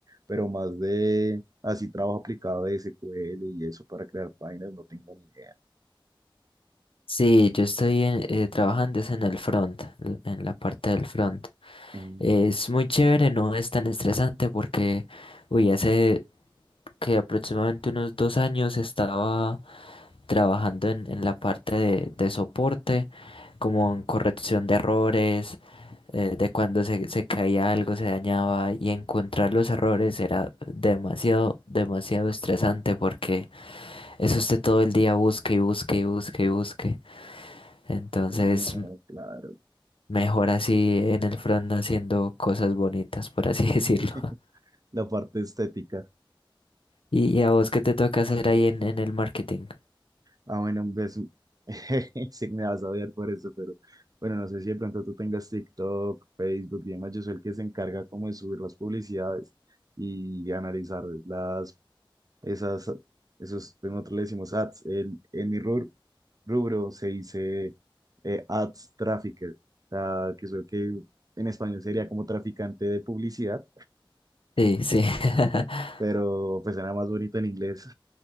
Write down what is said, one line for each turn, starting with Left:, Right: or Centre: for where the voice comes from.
Right: pero más de así trabajo aplicado de SQL y eso para crear páginas, no tengo ni idea.
Left: Sí, yo estoy en- eh, trabajando es en el front, l- en la parte del front.
Right: Mm,
Left: Es muy chévere, no es tan estresante porque, uy, hace que aproximadamente unos dos años estaba trabajando en, en la parte de, de soporte, como en corrección de errores, eh, de cuando se, se caía algo, se dañaba, y encontrar los errores era demasiado, demasiado estresante porque eso usted todo el día busque y busque y busque y busque. Entonces...
Right: bueno, claro.
Left: Mejor así en el front haciendo cosas bonitas, por así <laughs> decirlo.
Right: <laughs> La parte estética.
Left: ¿Y, y a vos qué te toca hacer ahí en, en el marketing?
Right: Ah, bueno, pues <laughs> sí me vas a odiar por eso, pero bueno, no sé si de pronto tú tengas TikTok, Facebook y demás. Yo soy el que se encarga como de subir las publicidades y analizar las, esas, esos, nosotros le decimos ads. En, en mi rubro, rubro se dice eh, ads trafficker, o sea, que soy el que en español sería como traficante de publicidad,
Left: Sí, sí. <laughs>
Right: pero pues era más bonito en inglés.